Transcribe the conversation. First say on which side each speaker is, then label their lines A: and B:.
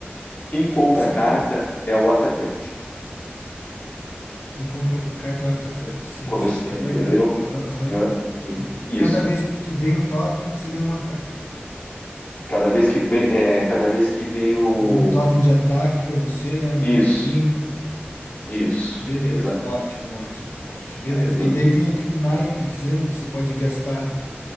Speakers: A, on the left; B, on the left.
A: quem compra
B: é sempre
A: a carta
B: que
A: é o atacante.
B: quem compra a carta é o atacante. Sim,
A: Como
B: sim,
A: eu s- entendeu?
B: é verdade. Aham, aham.
A: Eu- ent-
B: E
A: isso.
B: cada vez que vem o totem, você ganha uma carta.
A: Cada vez que vem, é, cada vez que vem o
B: Que vem um totem de ataque pra você, né? Uma
A: isso,
B: pedrinha. pra-
A: isso,
B: Beleza,
A: exa...
B: ótimo, ótimo, ótimo. Beleza.
A: aí,
B: E daí tem aquele naipe que você lembra que você pode gastar